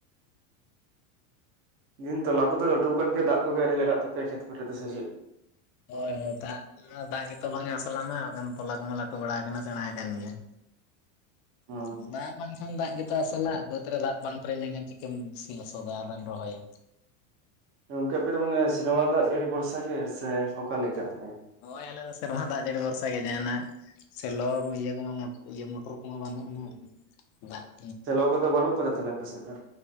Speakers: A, on the right (about 30°); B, on the left (about 40°).
A: ᱫᱤᱱ ᱛᱚᱞᱟ ᱠᱚᱫᱚ ᱞᱟᱹᱴᱩ ᱟᱠᱟᱱ ᱜᱮ ᱫᱟᱜ ᱠᱚᱜᱮ ᱟᱰᱤ ᱞᱟᱜᱟᱜ ᱛᱟᱯᱮᱭᱟ ᱠᱷᱮᱛ ᱠᱚᱨᱮ ᱫᱚ ᱥᱮ ᱪᱮᱫ?
B: ᱦᱚᱭ ᱦᱚᱭ ᱚ ᱛᱟᱜ, ᱫᱟᱜ ᱜᱮᱛᱚ ᱵᱟᱝ ᱟᱥᱟ ᱞᱮᱱᱟ ᱢᱟ ᱵᱟᱠᱷᱟᱱ ᱛᱚᱞᱟ ᱠᱚᱢᱟ ᱞᱟᱹᱴᱩ ᱵᱟᱲᱟ ᱟᱠᱟᱱᱟ ᱥᱮᱬᱟ ᱠᱟᱱᱟᱱ ᱜᱮᱭᱟ ᱾
A: ᱦᱩᱸ
B: <unintelligible> ᱫᱟᱜ ᱵᱟᱝᱠᱷᱟᱱ ᱫᱟᱜ ᱜᱮᱛᱚ ᱟᱥᱟ ᱞᱟᱜ ᱵᱟᱹᱫᱽ ᱨᱮ ᱫᱟᱜ ᱵᱟᱝ ᱯᱮᱨᱮᱡ ᱞᱮᱱᱠᱷᱟᱱ ᱪᱤᱠᱟᱹᱢ ᱥᱤ ᱞᱚᱥᱚᱫᱟ ᱟᱨᱮᱢ ᱨᱚᱦᱚᱭᱟ ᱾
A: ᱜᱚᱝᱠᱮ ᱟᱯᱮ ᱫᱚ ᱢᱟᱱᱮ ᱥᱮᱨᱢᱟ ᱫᱟᱜ ᱡᱟᱹᱲᱤ ᱵᱷᱚᱨᱥᱟ ᱜᱮ ᱥᱮ ᱚᱠᱟ ᱞᱮᱠᱟ ᱢᱟᱱᱮ?
B: ᱦᱚᱭ ᱟᱞᱮ ᱫᱚ ᱥᱮᱨᱢᱟ ᱫᱟᱜ ᱡᱟᱹᱲᱤ ᱵᱷᱚᱨᱥᱟ ᱜᱮ ᱡᱟᱦᱟᱱᱟᱜ᱾ ᱥᱮᱞᱚ ᱤᱭᱟᱹ ᱠᱚᱢᱟ ᱤᱭᱟᱹ ᱢᱚᱴᱚᱨ ᱠᱚᱢᱟ ᱵᱟᱹᱱᱩᱜ ᱟᱱᱟ ᱫᱟᱜ ᱾
A: ᱪᱮᱞᱚᱣ ᱠᱚᱫᱚ ᱵᱟᱹᱱᱩᱜ ᱠᱚᱫᱚ ᱛᱟᱦᱚᱞᱮ ᱟᱯᱮ ᱥᱮᱡ ᱫᱚ?